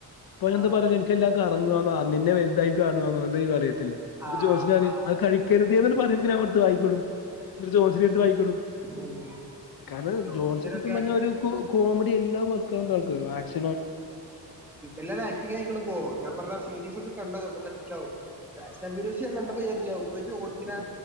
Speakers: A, on the left; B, in the centre.
A: അപ്പൊയില്
B: ആ
A: എന്താ പറല് എനിക്ക് എല്ലാ കാ വന്നോന്നോ, നിന്നെ വല്തായി കാണോന്നോ എന്തായീ പറീ ന്നിട്ട്
B: ആ
A: ജോസിനി പറിം
B: ആ
A: അത് കഴിക്കരുതെന്നണ്ട് പറീമ്പൊ പിന്നെ വായിക്ക്ടും ഇന്നട്ട് ജോസിനെ എടുത്ത് വായി ക്ക്ടും
B: ഉം
A: കാരണം
B: ജോൺസനൊക്കെ
A: ജോഷിനി സത്യം പറഞ്ഞാൽ കോമഡി എല്ലാം വർക്കാവുണ്ട് ആൾക്ക് വാക്സിൻ
B: ഇതെല്ലാം ആക്ടി ആയിക്കടക്കുവോ ഞാൻ പറഞ്ഞ സീരീസ ഒക്കെ കണ്ട മനസ്സിലാവും <unintelligible> കണ്ടപ്പോ വിചരിച്ചും കൊച്ച് ഓടിക്ക്ണെ